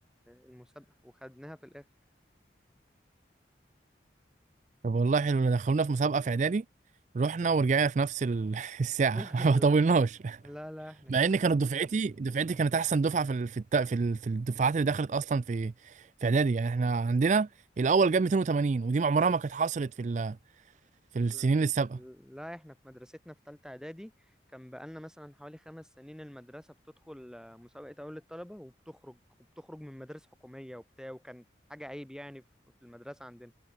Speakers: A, in the centre; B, on the right.
A: المسابقه وخدناها في الاخر
B: طب والله حلو دخلونا في مسابقه في اعدادي رحنا ورجعنا في نفس ال- <laughs> الساعه
A: <laughs>
B: <laughs> ما طولناش
A: لا لا لا احنا
B: مع ان
A: احنا
B: كانت دفعتي دفعتي كانت احسن دفعه في ال... في الت... في, ال... في الدفعات اللي دخلت اصلا في في اعدادي يعني احنا عندنا الاول جاب 280 ودي عمرها ما كانت حصلت في ال... في
A: لا
B: السنين السابقه
A: لا، احنا في مدرستنا في تالتة اعدادي كان بقالنا مثلا حوالي خمس سنين المدرسة بتدخل آه، مسابقة اول الطلبة وبتخرج وبتخرج من مدارس حكومية وبتاع وكان حاجة عيب يعني في في المدرسة عندنا